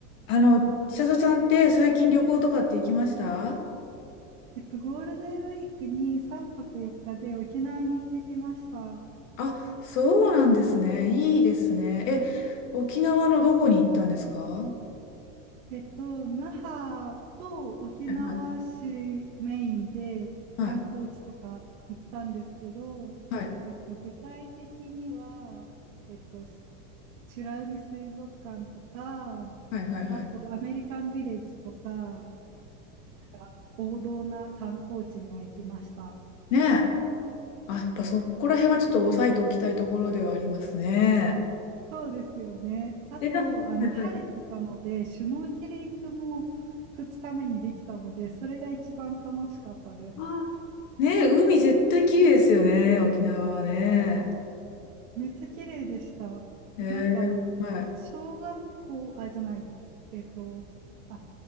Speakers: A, on the left; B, on the right.
A: あの、千里ちゃんって最近旅行とかって行きました
B: えっと、ゴールデンウィークに3泊4日で沖縄に行ってきました。
A: あ、そうなんですね。いいですね。え、沖縄のどこに行ったんですかは
B: えっと、那覇と沖縄市メインで観光地とか行ったんですけど、
A: いはいはい
B: えっと、具体的には、えっと、し美ら海水族館とか、
A: はいはいはいはい
B: あとアメリカンビレッジとか、なんか王道な観光地には行きました。
A: ねえ。あ、やっぱそこら辺はちょっと押さえておきたいところではありますね。
B: そうですよね。あと、
A: で、なんかはいはい
B: あの、晴れてたので、シュノーケリングも2日目にできたので、それが一番楽しかったです。
A: あーねえ、海絶対綺麗ですよね、沖縄はね。
B: めっちゃ綺麗でした。
A: えー、
B: なんか、
A: はい。
B: 小学校、あ、じゃない、えっと、あ、